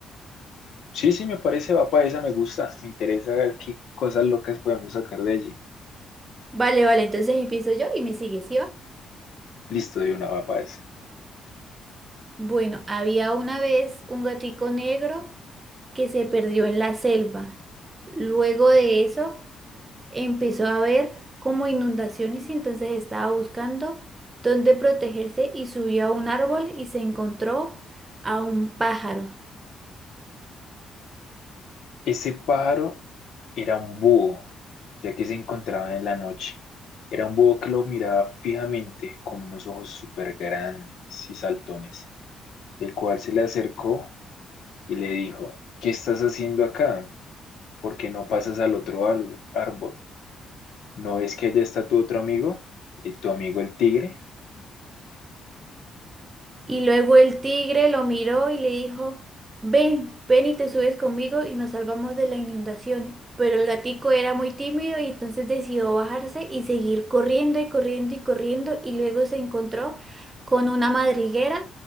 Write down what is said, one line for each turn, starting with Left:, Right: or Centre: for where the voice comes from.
Left: Sí, sí, me parece, va para esa, me gusta. Me interesa ver qué cosas locas podemos sacar de allí.
Right: Vale, vale, entonces empiezo yo y me sigues, ¿sí va?
Left: Listo, de una, va para esa.
Right: Bueno, había una vez un gatico negro que se perdió en la selva. Luego de eso, empezó a ver como inundaciones y entonces estaba buscando dónde protegerse y subió a un árbol y se encontró a un pájaro.
Left: Ese pájaro era un búho, ya que se encontraba en la noche. Era un búho que lo miraba fijamente, con unos ojos súper grandes y saltones, el cual se le acercó y le dijo, ¿Qué estás haciendo acá? ¿Por qué no pasas al otro al- árbol? ¿No ves que allá está tu otro amigo? eh, ¿Tu amigo el tigre?
Right: Y luego el tigre lo miró y le dijo, ven, ven y te subes conmigo y nos salvamos de la inundación. Pero el gatico era muy tímido y entonces decidió bajarse y seguir corriendo y corriendo y corriendo y luego se encontró con una madriguera